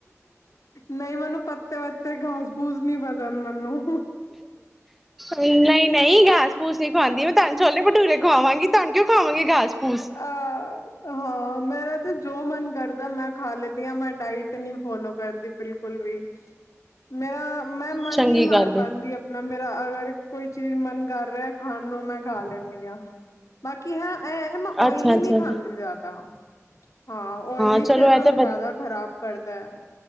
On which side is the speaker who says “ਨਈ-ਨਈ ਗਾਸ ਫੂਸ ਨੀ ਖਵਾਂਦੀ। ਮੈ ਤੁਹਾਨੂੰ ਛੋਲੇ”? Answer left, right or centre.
Centre